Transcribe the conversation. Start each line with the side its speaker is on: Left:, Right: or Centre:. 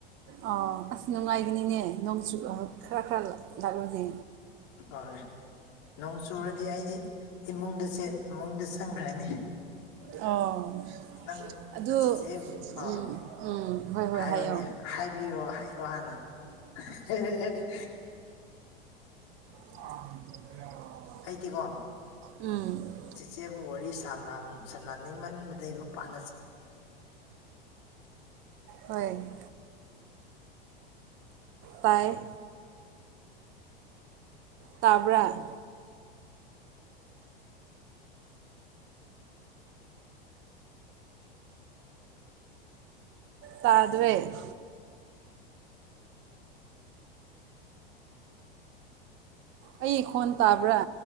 Right: ꯑꯣ ꯑꯁ ꯅꯨꯡꯉꯥꯏꯒꯅꯤꯅꯦ ꯅꯣꯡꯁꯨ ꯑꯃꯨꯛ ꯈꯔ ꯈꯔ <unintelligible> ꯂꯥꯛꯂꯗꯤ
Left: ꯍꯣꯏ <unintelligible> ꯅꯣꯡ ꯆꯨꯔꯗꯤ ꯑꯩꯗꯤ ꯏꯃꯨꯡꯗ ꯆꯦ ꯏꯃꯨꯡꯗ ꯆꯪꯈ꯭ꯔꯅꯤ
Right: ꯑꯣ
Left: ꯅꯪ
Right: ꯑꯗꯨ
Left: ꯆꯤꯆꯦꯕꯨ ꯑꯥ
Right: ꯎꯝ ꯎꯝ ꯍꯣꯏ ꯍꯣꯏ
Left: ꯍꯥꯏꯔꯣꯅꯦ
Right: ꯍꯥꯏꯌꯣ
Left: ꯍꯥꯏꯕꯤꯔꯣ ꯍꯥꯏꯔꯣ ꯍꯥꯟꯅ <unintelligible>
Right: <inaudible>
Left: ꯑꯩꯗꯤꯀꯣ
Right: ꯎꯝ
Left: ꯆꯦꯆꯦꯕꯨ ꯋꯥꯔꯤ ꯁꯥꯅꯝ ꯁꯥꯅꯅꯤꯡꯃꯟꯕꯗꯩ ꯃꯄꯥꯟꯗ <unintelligible>
Right: ꯍꯣꯏ ꯄꯥꯏ ꯇꯥꯕ꯭ꯔꯥ ꯇꯥꯗ꯭ꯔꯦ ꯑꯩꯒꯤ ꯈꯣꯟ ꯇꯥꯕ꯭ꯔꯥ